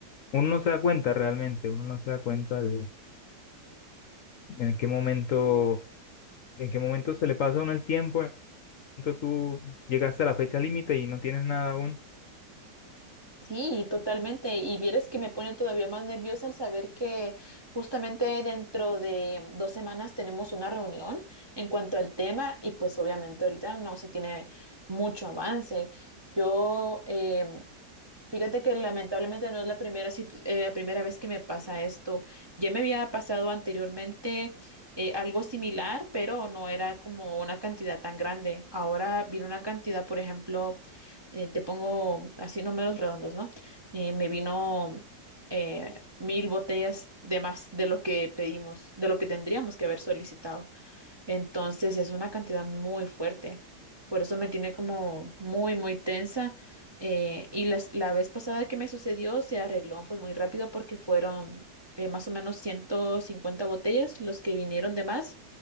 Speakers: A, on the left; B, on the right.
A: uno no se da cuenta realmente, uno no se da cuenta de en qué momento ¿En qué momento se le pasa a uno el tiempo? ¿En qué momento tú llegaste a la fecha límite y no tienes nada aún?
B: Sí, totalmente. Y vieras que me pone todavía más nerviosa al saber que justamente dentro de dos semanas tenemos una reunión en cuanto al tema y pues obviamente ahorita no se tiene mucho avance. Yo em, Fíjate que lamentablemente no es la primera, sit- eh, la primera vez que me pasa esto. Ya me había pasado anteriormente eh, algo similar, pero no era como una cantidad tan grande. Ahora vino una cantidad, por ejemplo, eh, te pongo así números redondos, ¿no? Eh, me vino eh, mil botellas de más de lo que pedimos, de lo que tendríamos que haber solicitado. Entonces es una cantidad muy fuerte. Por eso me tiene como muy, muy tensa. Eh, y las- la vez pasada que me sucedió se arregló pues muy rápido porque fueron eh, más o menos 150 botellas los que vinieron de más.